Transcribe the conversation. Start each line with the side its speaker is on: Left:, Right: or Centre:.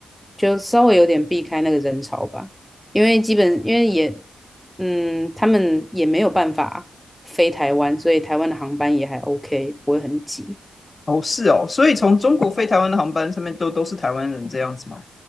Centre: 就稍微有点避开那个人潮吧，因为基本因为也，嗯，他们也没有办法飞台湾，所以台湾的航班也还 OK，不会很挤。
Left: 哦，是哦，所以从中国飞台湾的航班上面都都是台湾人这样子吗？